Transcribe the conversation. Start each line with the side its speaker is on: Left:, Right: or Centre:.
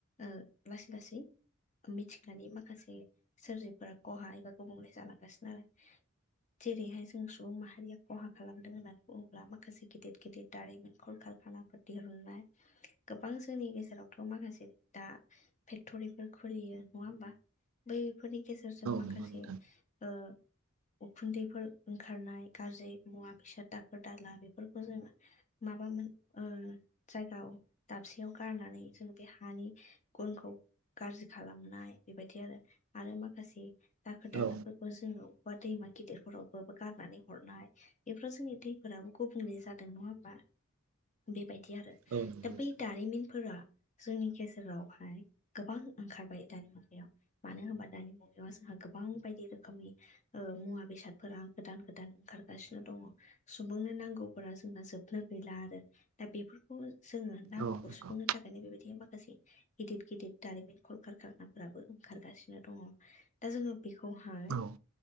Left: ओ लासै लासै मिथिगानि मा खासे सोरजिफोरा खहा एबा गुबुंले जालांगासिनो आरो जेरैहाय जों सुबुं माहारिया खहा खालामदों होन्नानै बुङोब्ला माखासे गेदेर गेदेर दारिमिन खल कारखानाफोर दिहुननाय गोबां जोंनि गेजेरावथ' माखासे दा फेक्ट'रिफोर खुलियो नङा होमबा बैफोरनि गेजेरजों माखासे
Right: नंगौ नोंथां
Left: ओ उखुन्दैफोर ओंखारनाय गाज्रि मुवा बेसाद दाखोर दाला बेफोरखौ जोङो माबा मोन ओ जायगायाव दाबसेयाव गारनानै जों बे हानि गुनखौ गाज्रि खालामनाय बेबायदि आरो आरो माखासे दाखोर दालाफोर
Right: औ
Left: बा जोंनाव दैमा गिदिरफोरावबो गारनानै हरनाय बेफोराव जोंनि दैफोराबो गुबुंले जा दों नङा ओमबा बेबायदि आरो
Right: औ
Left: दा
Right: नोंथां
Left: बै दारिमिनफोरा जोंनि गेजेरावहाय गोबां ओंखारबाय दारिमिन याव मानो होनबा दानि मुगायाव जोंहा गोबां बायदि रोखोमनि ओ मुवा बेसादफोरा गोदान गोदान ओंखारगासिनो दङ सुबुंनो नांगौफोरा जोंना जोबनो गैला आरो दा बेफोरखौ जोङो नांगौखौ
Right: औ नंगौ
Left: सुफुंनो था माने बेबायदि माखासे गिदिर गिदिर दारिमिन कल खारखाना फोराबो ओंखारगासिनो दङ दा जोङो बेखौहाय
Right: औ